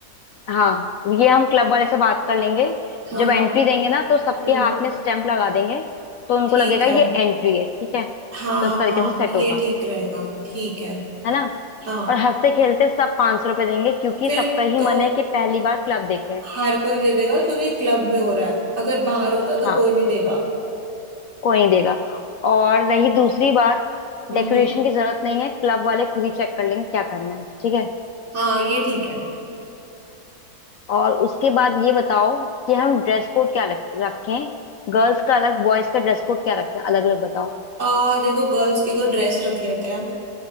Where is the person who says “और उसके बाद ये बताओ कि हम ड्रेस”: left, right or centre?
Left